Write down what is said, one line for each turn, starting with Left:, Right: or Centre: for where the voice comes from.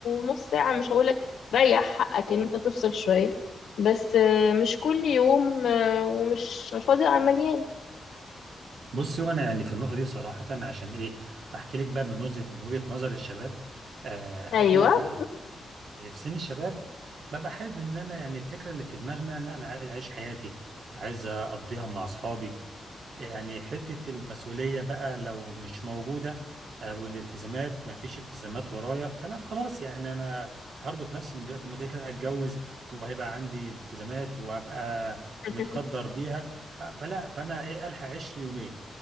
Left: نص ساعه مش هقول لك ريح حقك ان انت تفصل شويه بس آه، مش كل يوم آه، ومش على الفاضي عمليان
Right: بصي وانا يعني في النقطه دي صراحه عشان ايه احكي لك بقى من وجهه من وجهه نظر الشباب آه
Left: ايوه
Right: احنا في ال... في سن الشباب ببقى حابب ان انا يعني الفكره اللي في دماغنا لا انا عايز اعيش حياتي عايز اقضيها مع اصحابي يعني حتة المسؤولية بقى لو مش موجودة آه، والالتزامات ما فيش التزامات ورايا فلا خلاص يعني أنا هربط نفسي من دلوقتي ما كده كده هتجوز وهيبقى عندي التزامات وهبقى
Left: <laughs>
Right: متقدر بيها آه، فلا فأنا إيه ألحق أعيش لي يومين